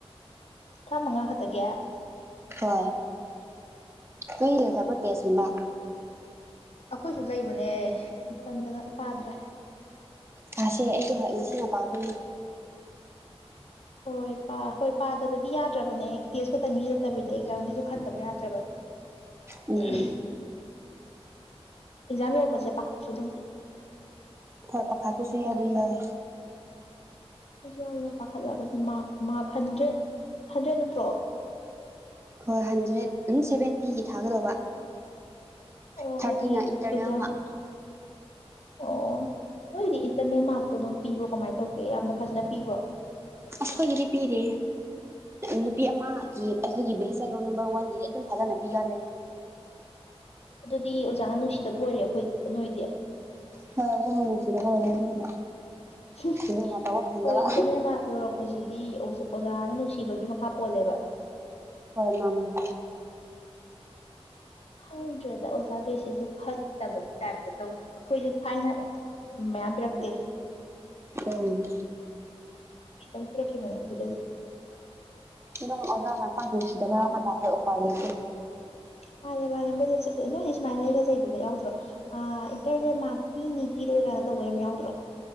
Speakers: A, on the left; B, on the right.
A: ꯇ꯭ꯔꯥꯃꯉꯥ ꯈꯛꯇꯒꯤ
B: ꯍꯣꯏ ꯅꯣꯏ ꯂꯩꯇꯕ ꯇꯦꯁꯅꯤꯕ
A: ꯑꯈꯣꯏꯁꯨ ꯂꯩꯕꯅꯦ ꯇꯟꯗꯅ ꯄꯥꯗ꯭ꯔꯦ
B: ꯄꯁꯦ ꯑꯩꯁꯨ ꯉꯁꯤꯅ ꯄꯥꯗꯣꯏꯅꯤ
A: ꯍꯣꯏ ꯄꯥ ꯍꯣꯏ ꯄꯥꯗꯕꯗꯤ ꯌꯥꯗ꯭ꯔꯕꯅꯦ ꯇꯦꯖ ꯈꯛꯇꯪꯒꯤ ꯅꯠꯇꯕꯤꯗ ꯑꯦꯛꯖꯥꯝꯒꯤꯁꯨ ꯈꯟꯗꯕ ꯌꯥꯗ꯭ꯔꯕꯅꯦ
B: ꯎꯝ
A: ꯑꯍꯝ ꯑꯦꯛꯖꯝ ꯌꯧ ꯄꯖꯦ ꯄꯈꯥꯠꯄꯗꯨꯝ
B: ꯍꯣꯏ ꯄꯈꯥꯠꯄꯁꯨꯨ ꯌꯥꯗ꯭ꯔꯤꯃꯜꯂꯦ
A: ꯑꯩꯁꯨ ꯌꯥꯝꯅ ꯄꯥꯈꯠꯂꯕꯅꯤ ꯃꯥ ꯃꯥꯔꯛ ꯍꯥꯟꯗ꯭ꯔꯦꯠ ꯍꯥꯟꯗ꯭ꯔꯦꯠ ꯅꯠꯇ꯭ꯔꯣ
B: ꯍꯣꯏ ꯍꯥꯟꯗ꯭ꯔꯦꯠ ꯑꯝ ꯁꯚꯦꯟꯇꯤꯒꯤ ꯊꯥꯒꯗꯧꯕ
A: ꯑꯣ
B: ꯊꯥꯔꯇꯤꯅ
A: ꯑꯩꯗꯤ
B: ꯏꯟꯇꯔꯅꯦꯜ
A: ꯑꯦꯛꯖꯥꯝ
B: ꯃꯥꯛ
A: ꯑꯣ ꯅꯣꯏꯗꯤ ꯏꯟꯇꯔꯅꯦꯜ ꯃꯥꯔꯛꯇꯣ ꯑꯗꯨꯝ ꯄꯤꯕ꯭ꯔꯣ ꯀꯃꯥꯏꯅ ꯇꯧꯒꯦ ꯌꯥꯝꯅ ꯐꯖꯅ ꯄꯤꯕ꯭ꯔꯣ
B: ꯑꯁ ꯈꯣꯏꯒꯤꯗꯤ ꯄꯤꯗꯦ ꯅꯨꯄꯤ ꯑꯃ ꯒꯤ ꯑꯩꯈꯣꯏꯒꯤ ꯕꯦꯁꯗ ꯔꯣꯜ ꯅꯥꯝꯕꯔ ꯋꯥꯟꯗꯤ ꯑꯗꯨꯝ ꯐꯖꯅ ꯄꯤꯒꯜꯂꯦ
A: ꯑꯗꯨꯗꯤ ꯑꯣꯖꯥꯅ ꯅꯨꯡꯁꯤꯗꯕ ꯑꯣꯏꯔꯦ ꯑꯩꯈꯣꯏ ꯅꯣꯏꯗꯤ
B: ꯍꯣꯏ ꯑꯗꯨꯝ ꯅꯨꯡꯁꯤꯗꯕ ꯑꯣꯏꯔꯦ ꯑꯩꯈꯣꯏꯗꯤ
A: ꯍꯨꯝ
B: ꯂꯨꯅ ꯇꯧꯕ ꯐꯪꯗꯕ
A: ꯍꯣꯏ ꯏꯟꯇꯔꯅꯦꯜ ꯃꯥꯛ ꯌꯧꯔꯛꯄꯖꯤ ꯏ ꯑꯣꯖꯥꯅ ꯅꯨꯡꯁꯤꯕꯒꯤ ꯃꯈꯥ ꯄꯣꯜꯂꯦꯕ
B: ꯍꯣꯏꯃꯥꯟꯅꯦ
A: ꯈꯪꯗ꯭ꯔꯦꯗ ꯑꯣꯖꯥꯒꯩꯁꯤꯖꯨ ꯐꯠꯇꯕꯒꯤ ꯇꯥꯏꯞꯇ ꯇꯧ ꯑꯩꯈꯣꯏꯁꯨ ꯊꯥꯏꯅ ꯃꯥꯌꯝ ꯌꯥꯝ ꯄꯤꯔꯛꯇꯦ
B: ꯎꯝ
A: ꯈꯤꯇꯪ ꯄꯤꯔꯛꯈꯤꯕꯅꯦ ꯑꯩꯈꯣꯏꯗꯗꯤ
B: ꯑꯗꯨꯝ ꯑꯣꯖꯥꯅ ꯄꯥꯛ ꯅꯨꯁꯤꯗꯕ ꯍꯥꯏꯕꯇꯔꯦ ꯎꯄꯥꯏ ꯂꯩꯇꯦ
A: ꯃꯥꯅꯦ ꯃꯥꯅꯦ ꯃꯣꯏꯅ ꯅꯣꯏꯗꯤ ꯁꯨꯃꯥꯏꯅ ꯆꯩꯕꯗ ꯌꯥꯎꯗ꯭ꯔꯣ ꯑꯥ ꯏꯟꯇꯔꯅꯦꯜ ꯃꯥꯔꯛ ꯄꯤꯅꯤ ꯄꯤꯔꯣꯏ ꯀꯥꯏꯅ ꯇꯧꯕ ꯌꯥꯝ ꯌꯥꯎꯗ꯭ꯔꯣ